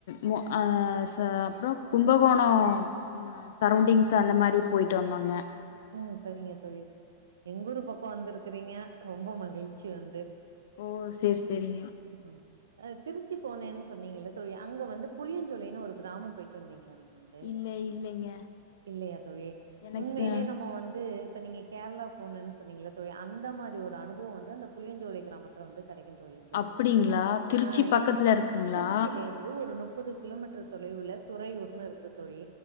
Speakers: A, on the left; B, on the right.
A: மு அ ச அப்றோ கும்பகோணோ சரௌண்டிங்ஸ் அந்த மாரி பொயிட்டு வந்தோங்க
B: ம் சரிங்க தோழிலஸ எங்க ஊர் பக்கோ வந்திருக்குறீங்க ரொம்ப மகிழ்ச்சி வந்து
A: ஓ சேர் சேரி
B: ம் அ திருச்சி போனேன்னு சொன்னீங்கல்ல தோழி அங்க வந்து புளியஞ்சோலைன்னனு ஒரு கிராமம் பொயிட்டு வந்தீங்ளா நீங்க வ ந்து
A: இல்ல இல்லைங்க
B: இல்லையா தோழி
A: எனக்கு
B: உண்மையிலேயே நம் ம வந்து இப்ப நீங்க கேரளா போனணு சொன்னீகள்ள தோழி அந்த மாரி ஒரு அனுபவோ வந்து அந்த புளியஞ்சோலை கிராமத்ல வந்து கெடைக்கு தோழி வந்து
A: அப்டிங்களா திருச்சி
B: அ
A: பக்கத்துல
B: எனக்கு
A: இருக்குங்களா
B: திருச்சியிலேந்து ஒரு முப்பது கிலோமீட்டர் தொலைவுல துறையூர்ன்னு இருக்கு தோழி